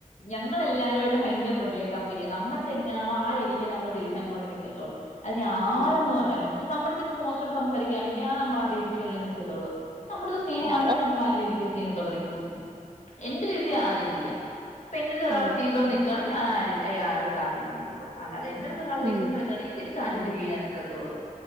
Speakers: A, on the left; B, on the right.
A: ഞങ്ങളെല്ലാവരു ആയിട്ട് ഭയങ്കര ഫ്രണ്ട്ല്യാ കമ്പന്യാ നമ്മടെത്തെങ്ങനാണോ ആ രീതിക്ക് നമ്മള് തിരിച്ചങ്ങോട്ട് നിക്കത്തൊള്ളൂ അതിനി ആരെന്ന്
B: ഉം
A: പർഞ്ഞാലും പക്ഷെ നമ്മടെട്ത്തിപ്പം മോശമായിട്ട് സംസാരിക്കയാണെങ്കി ആ നമ്മളാ രീതിക്കല്ലേ നിക്കത്തൊള്ളൂ നമ്മടട്ത്ത് സ്നേഹാണെങ്കി
B: അത
A: നമ്മളാ രീതിക്ക് സ്നേഹത്തോടെ നിക്കും എന്റെ രീതി ആ രീതിയാ ഇപ്പൊ എന്റെട്ത്ത് ഒരാള്
B: ഉം
A: സ്‌നേഹത്തോടെ നിക്കാണേ ഞാനാ ആ രീതി അയാള്ടെടുത്ത് ആ രീതി നിക്കും അല്ലാതെ എന്റെ അട്ത്ത് ഒരാള് ദേഷ്യത്തിന്
B: ഉം
A: വരാണെ തിരിച് ച്ചാ രീതിക്ക് ഞാൻ നിക്കത്താെള്ളു